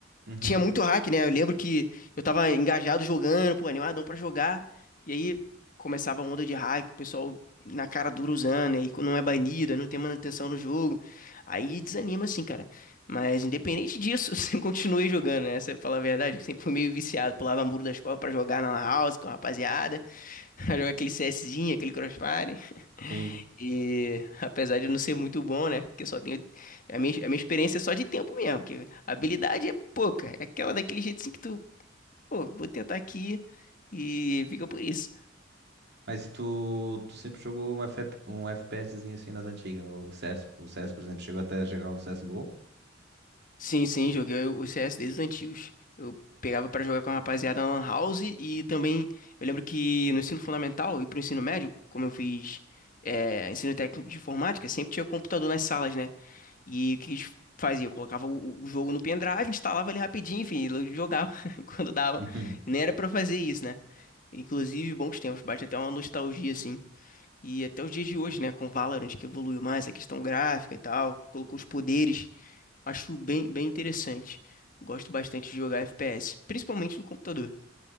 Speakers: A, on the right; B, on the left.
A: uhum.
B: tinha muito hack, né? Eu lembro que eu tava engajado jogando, pô, animadão pra jogar. E aí começava a onda de hack, o pessoal na cara dura usando, e aí não é banido, aí não tem manutenção no jogo. Aí desanima, assim, cara. Mas independente disso, <laughs> você continua jogando, né? Você fala a verdade, eu sempre fui meio viciado, pulava muro da escola pra jogar na lan house com a rapaziada, <laughs> pra jogar aquele CSzinho, aquele Crossfire.
A: Sim.
B: E <laughs> apesar de não ser muito bom, né? Porque só tenho. A minha, a minha experiência é só de tempo mesmo, porque a habilidade é pouca. É aquela daquele jeito assim que tu, pô, vou tentar aqui e fica por isso.
A: Mas e tu, tu sempre jogou um, FF um FPSzinho assim nas antigas? O CS, o CS, por exemplo, chegou até a jogar o CSGO?
B: Sim, sim, joguei o CS desde os antigos. Eu pegava pra jogar com a rapaziada na Lan House e também eu lembro que no ensino fundamental e pro ensino médio, como eu fiz é, ensino técnico de informática, sempre tinha computador nas salas, né? E o que a gente fazia? Eu colocava o, o jogo no pendrive, instalava ele rapidinho, enfim, eu jogava <laughs> quando dava.
A: <laughs>
B: Nem era pra fazer isso, né? Inclusive, bons tempos, bate até uma nostalgia assim. E até os dias de hoje, né, com Valorant que evoluiu mais a questão gráfica e tal, colocou os poderes, acho bem, bem interessante. Gosto bastante de jogar FPS, principalmente no computador.